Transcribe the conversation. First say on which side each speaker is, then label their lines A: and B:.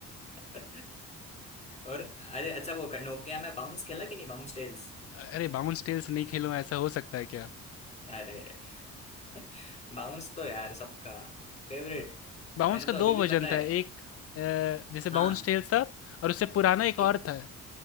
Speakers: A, on the left (about 20°); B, on the left (about 50°).
A: था और अरे अच्छा वो नोकिया में बाउंस खेला कि नहीं बाउंस टेल्स
B: अरे बाउंस टेल्स नहीं खेलो ऐसा हो सकता है क्या?
A: अरे <laughs> बाउंस तो यार सबका फेवरेट
B: बाउंस
A: मैंने
B: का
A: तो अभी
B: दो
A: भी
B: वर्जन
A: पता है
B: था, एक अ, जैसे
A: हाँ
B: बाउंस टेल्स था
A: ए-
B: और उससे पुराना एक
A: एक
B: और था,